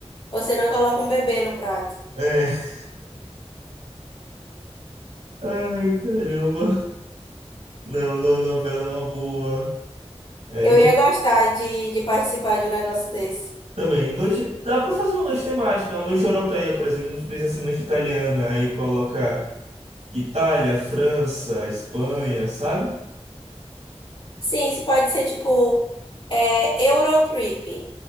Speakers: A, on the left; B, on the right.
A: Você não coloca um bebê no prato.
B: É. Ai, caramba. Não, não, novela é uma boa. É,
A: Eu ia gostar de, de participar de um negócio desse.
B: Também, noite, dá pra fazer uma noite temática, uma noite europeia, por exemplo, não precisa ser noite italiana, aí coloca Itália, França, Espanha, sabe?
A: Sim, isso pode ser tipo é, Eurotrip,